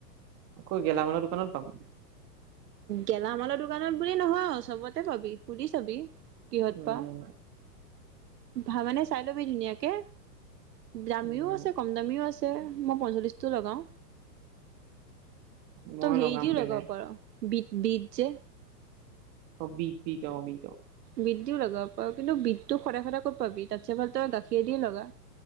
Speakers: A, on the right; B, on the right.
A: ক গেলা মালৰ দোকানত পাম।
B: গেলা মালৰ দোকানত বুলি নহয় চবতে পাবি সুধি চাবি কিহত
A: উম
B: পাও, ভানে চাই লবি ধুনীয়াকে, দামীও
A: উম
B: আছে কম দামীও আছে মই পঞ্চল্লিশটো লগাওঁ,
A: মই
B: তম হেৰি
A: লগাম
B: দিও
A: তেনে
B: লগাব পাৰি বিট বিট যে,
A: অ বিট বিট অ বিট,
B: বিট দিও লগাব পাও কিন্তু বিটটো সদায় সদায় ক'ত পাবি তাতছে ভাল তই গাখীৰদিও লগা।